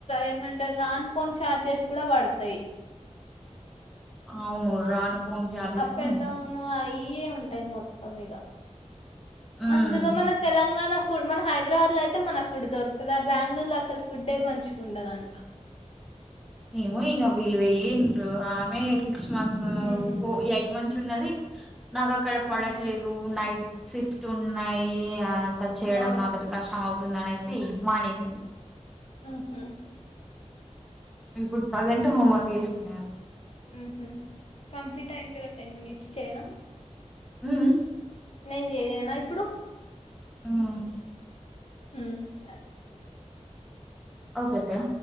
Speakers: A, on the left; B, in the centre.
A: ఏమంటారు రాను పోను చార్జెస్ కూడా పడతయి
B: అవును రాను పోను చార్జెస్
A: అప్
B: కూడా
A: అండ్
B: ఉంటాయి
A: డౌన్ అయే ఉంటాయి మొత్తం ఇగ
B: ఉమ్
A: అందులో మన తెలంగాణ ఫుడ్ మన హై హైదరాబాద్ లో అయితే మనకు ఫుడ్ దొరుకుతదా బెంగళూరులో అసలు ఫుడ్డే మంచిగా ఉండదంట
B: ఎమో ఇంగ వీళ్ళు వెళ్ళిండ్రు ఆమె సిక్స్ మంత్స్
A: ఉహు
B: వుకో మంచి ఉన్నది నాకు అక్కడ పడట్లేదు
A: ఆహా
B: నైట్ షి ఫ్ట్ ఉన్నాయి అ త చేయడం
A: ఆ
B: నాతోటి కష్టం అవుతుంది అనేసి మానేసింది
A: ఆహ
B: ఇప్పుడు ప్రజెంట్ హోంవర్క్ చేస్తున్నా
A: ఉహు కంప్లీట్ అయిందిరా టెన్ మినిట్స్ చేయనా
B: ఉం ఉం
A: నేను చెయ్యన ఇప్పుడు
B: ఉం
A: ఉం సరే
B: ఓకే అక్కయ